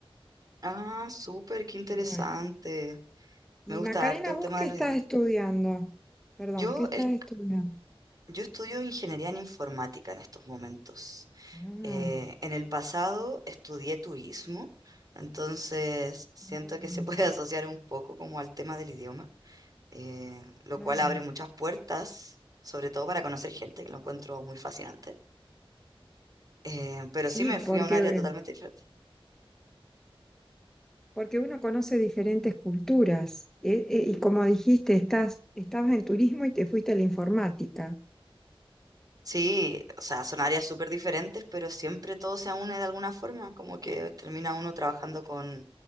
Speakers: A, on the right (about 40°); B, in the centre.
A: Ah, súper, qué interesante.
B: Bueno, Y
A: Me gusta
B: Macarena,
A: harto el
B: ¿vos
A: tema
B: qué
A: de los
B: estás
A: idiomas.
B: estudiando? Perdón,
A: Yo,
B: ¿qué estás
A: es-
B: estudiando?
A: yo estudio ingeniería en informática en estos momentos.
B: Ah,
A: Eh, en el pasado estudié turismo, entonces siento
B: mm,
A: que se puede <laughs> asociar un poco como al tema del idioma, eh, lo
B: claro.
A: cual abre muchas puertas, sobre todo para conocer gente, que lo encuentro muy fascinante. Eh, pero
B: Sí,
A: sí me
B: porque,
A: fui a un área totalmente diferente.
B: porque uno conoce diferentes culturas. E- e- y como dijiste, estás, estabas en turismo y te fuiste a la informática.
A: Sí, o sea, son áreas súper diferentes, pero siempre todo se une de alguna forma, como que termina uno trabajando con